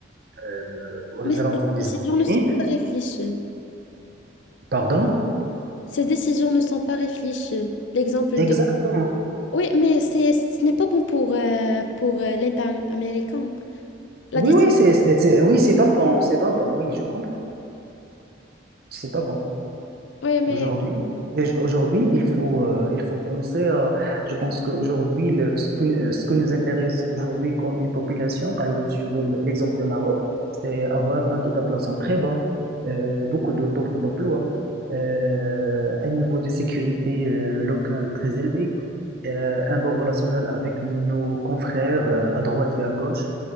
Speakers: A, on the right; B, on the left.
A: euh, aux
B: Mais ces
A: alentours
B: décisions
A: des États-Unis.
B: ne sont pas réfléchies.
A: Pardon?
B: Ces décisions ne sont pas réfléchies. L'exemple
A: Exactement.
B: de... Oui, mais c'est, ce n'est pas bon pour, euh, pour euh, l'État américain. La
A: Oui,
B: décision...
A: oui, c'est, c'est, c'est- oui, c'est pas bon, c'est pas bon, oui, je comprends. C'est pas bon.
B: Oui, mais,
A: Aujourd'hui, et aujourd'hui, il faut, euh, il faut penser à, je pense qu'aujourd'hui, le, ce que, ce que nous intéresse aujourd'hui comme une population, par exemple, si je donne l'exemple de Maroc, c'est avoir un taux d'inflation très bas, euh, beaucoup de- d'offres d'emploi, euh, un niveau de sécurité, euh, locale très élevé, euh, un bon relationnel avec nos confrères, euh, à droite et à gauche